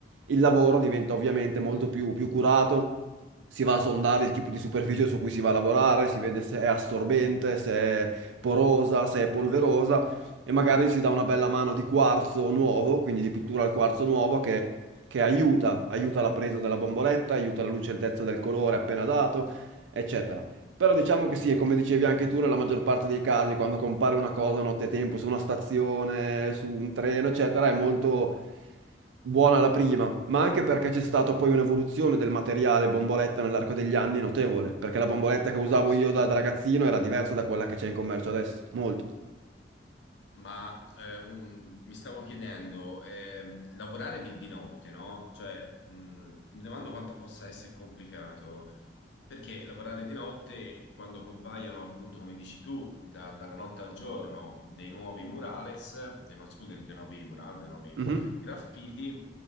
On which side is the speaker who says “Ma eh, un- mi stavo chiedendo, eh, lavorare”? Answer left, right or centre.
Left